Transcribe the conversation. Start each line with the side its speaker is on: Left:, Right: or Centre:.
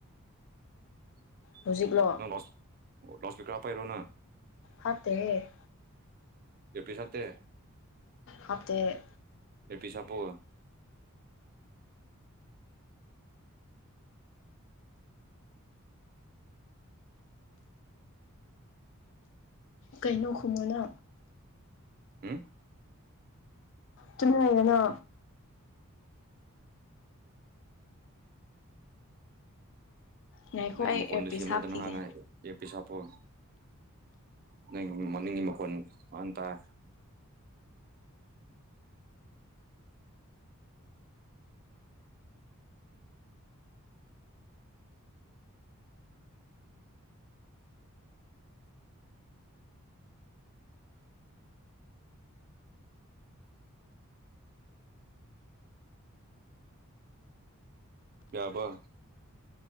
Right: <inaudible>
Left: ꯍꯧꯖꯤꯛꯂꯣ꯫
Right: ꯅꯪ ꯂꯥꯁ ꯂꯥꯁ ꯏꯁꯄꯤꯀꯔ ꯍꯥꯞꯄꯩꯔꯣ ꯅꯪ
Left: ꯍꯥꯞꯇꯦꯍꯦ꯫
Right: ꯑꯦꯌꯔ ꯄꯤꯁ ꯍꯥꯞꯇꯦ꯫
Left: ꯍꯥꯞꯇꯦ꯫
Right: ꯑꯦꯌꯔꯄꯤꯁ ꯍꯥꯞꯄꯣ꯫
Left: ꯀꯩꯅꯣ ꯈꯨꯝꯃꯣꯅꯥ꯫
Right: ꯎꯝ꯫
Left: ꯇꯨꯃꯤꯟ ꯂꯩꯒꯅꯣ꯫ ꯉꯥꯏꯈꯣ
Right: ꯅꯩ
Left: ꯑꯩ
Right: ꯃꯈꯣꯟꯗꯣ
Left: ꯏꯌꯔꯄꯤꯁ
Right: ꯁꯦꯝꯃꯣꯗꯅ
Left: ꯍꯥꯞꯈꯤꯒꯦ
Right: ꯍꯥꯟꯅ꯫ ꯑꯦꯌꯔꯄꯤꯁ ꯍꯥꯞꯄꯣ ꯅꯪꯒꯤ ꯃꯅꯤꯡꯒꯤ ꯃꯈꯣꯟ ꯐꯖꯅ ꯇꯥꯑꯦ꯫ ꯌꯥꯔꯕ꯫